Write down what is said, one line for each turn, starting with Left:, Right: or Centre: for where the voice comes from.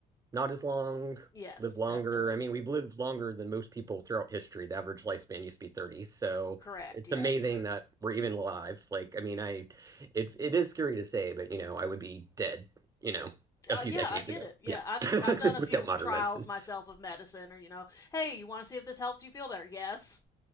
Right: not as long,
Left: Yes,
Right: live longer.
Left: definitely.
Right: I mean, we've lived longer than most people throughout history. The average lifespan used to be 30. So
Left: Correct.
Right: it's
Left: Yes.
Right: amazing that we're even alive. Like, I mean, I it it is scary to say, but you know, I would be dead, you know, a few
Left: Uh, yeah,
Right: decades
Left: I get
Right: ago.
Left: it. Yeah,
Right: Yeah.
Left: I've
Right: <laughs>
Left: I've done a
Right: Without
Left: few
Right: modern
Left: trials
Right: medicine.
Left: myself of medicine, or you know, hey, you want to see if this helps you feel better? Yes.